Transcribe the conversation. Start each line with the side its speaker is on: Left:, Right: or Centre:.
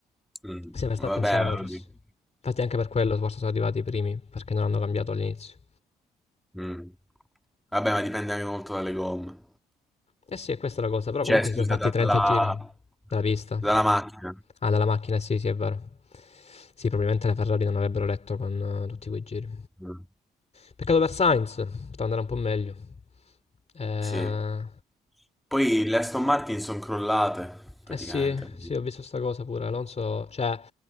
Centre: Mm.
Left: Sia Verstappen
Centre: Vabbè,
Left: sia
Centre: allora
Left: Norris.
Centre: dico.
Left: Infatti anche per quello forse sono arrivati i primi perché non hanno cambiato all'inizio.
Centre: Mm. Vabbè, ma dipende anche molto dalle gomme.
Left: Eh sì, questa è la cosa, però
Centre: Cioè,
Left: comunque
Centre: scusa,
Left: si sono fatti
Centre: dalla,
Left: 30 giri dalla pista.
Centre: dalla macchina.
Left: Ah, dalla macchina, sì, sì, è vero. Sì, probabilmente le Ferrari non avrebbero retto con eh, tutti quei giri.
Centre: Mm.
Left: Peccato per Sainz, poteva andare un po' meglio. Eh,
Centre: Sì. Poi le Aston Martin sono crollate, praticamente.
Left: Eh sì, sì, ho visto sta cosa pure. Alonso, cioè,